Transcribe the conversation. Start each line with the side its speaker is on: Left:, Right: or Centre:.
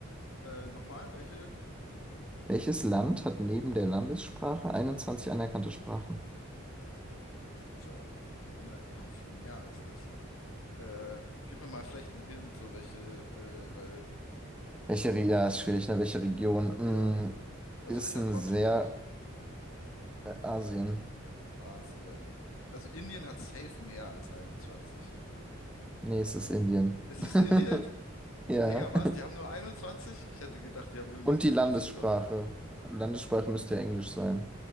Left: Äh, nochmal, welche?
Centre: Welches Land hat neben der Landessprache 21 anerkannte Sprachen?
Left: Ja, es gibt ja auch Länder, die haben viel mehr als das. Äh, gib mir mal vielleicht einen Hint, so welche, äh, weil,
Centre: Welche, Re- ja, ist schwierig, ne? Welche Region?
Left: ja,
Centre: Mm,
Left: also
Centre: ist
Left: welcher
Centre: ein
Left: Kontinent?
Centre: sehr äh, Asien.
Left: Asien. Also Indien hat safe mehr als 21.
Centre: Nee, es ist Indien.
Left: Ist
Centre: <laughs>
Left: es Indien?
Centre: Ja.
Left: Digga, was? Die haben nur 21? Ich hätte gedacht, die haben irgendwie
Centre: Und
Left: so
Centre: die
Left: 40
Centre: Landessprache.
Left: oder so.
Centre: Landessprache müsste ja Englisch sein.